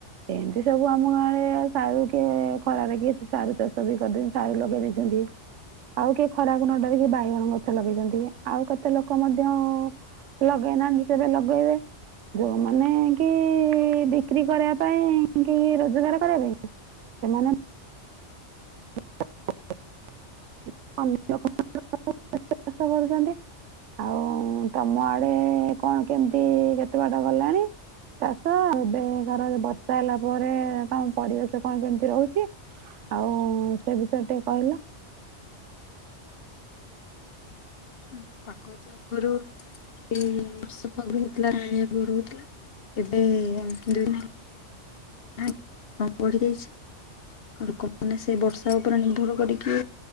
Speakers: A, on the right; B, on the left.
A: ଏନ୍ତି ସବୁ ଆମ ଗାଁରେ ସାରୁ କି ଖରାରେ କି ସାରୁୁ ଚାଷ ବି କରିଦେ। ସାରୁ ଲଗେଇ ଦେଇଛନ୍ତି। ଆଉ କେହି ଖରାକୁ ନ ଡରିକି ବାଇଗଣ ଗଛ ଲଗେଇଛନ୍ତି। ଆଉ କେତେ ଲୋକ ମଧ୍ୟ ଲଗେଇନାହାନ୍ତି ସେ ଏବେ ଲଗେଇବେ। ଯୋଉମାନେ କି ବିକ୍ରି କରିବା ପାଇଁ କି, ରୋଜଗାର କରିବା ପାଇଁ। ସେମାନେେ <inaudible> <inaudible> ଓ <unintelligible> କରୁଛନ୍ତି। ଆଉ ତମ ଆଡେ କଣ କେମିତି କେତେ ବାଟ ଗଲାଣି? ଚାଷ ଏବେକାର ବର୍ଷା ହେଲା ପରେ। କଣ ପରିବେଶ କଣ କେମିତି ରହୁଛି? ଆଉ ସେ ବିଷୟରେ ଟିକେ କହିଲ?
B: ହଁ ପାଖ ଯାଗରୁ ଉଁ ବର୍ଷପାଗ ରହୁଥିଲା। ରାଣୀଆକୁ ରହୁଥିଲା। <unintelligible> ଏବେ ଦୁଇ ଦିନ ଆ ଆପଢି ଦେଇଛି। <unintelligible> ଲୋକମାନେ ସେ ବର୍ଷା ଉପରେ ନିର୍ଭର କରିକି